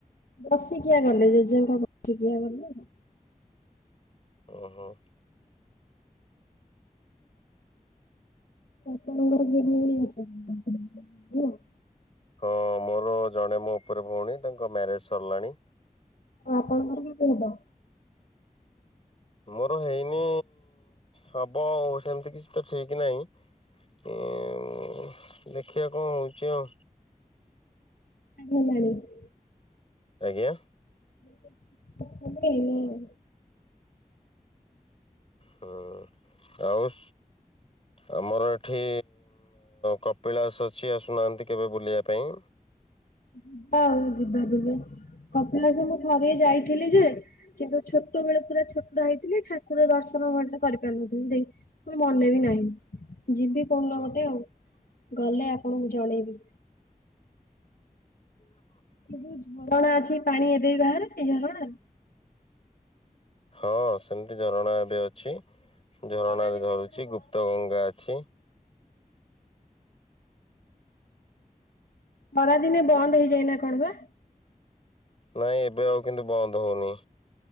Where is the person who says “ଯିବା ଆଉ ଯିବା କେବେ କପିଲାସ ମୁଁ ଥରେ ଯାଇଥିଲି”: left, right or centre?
Left